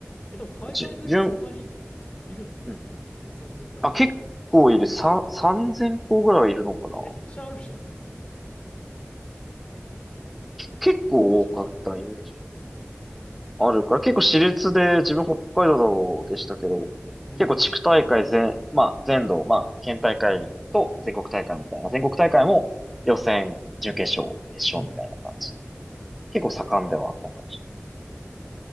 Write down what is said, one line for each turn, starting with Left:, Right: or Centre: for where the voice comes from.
Left: え、でも大会の時そんなにいるの
Centre: じゅ、じゅん、うんうん。
Left: 別の高校の放送局とか。
Centre: あ、結構いる。さん、3000個ぐらいいるのかな。
Left: めっちゃあるじゃん。めっちゃある。
Centre: け、結構多かったイメージ。あるから、結構私立で、自分北海道でしたけど、
Left: うん。
Centre: 結構地区大会全、まあ全土、まあ県大会と全国大会みたいな、全国大会も予選、準決勝、決勝みたいな感じで、
Left: うん。うん。うん。
Centre: 結構盛んではあったかもしれない。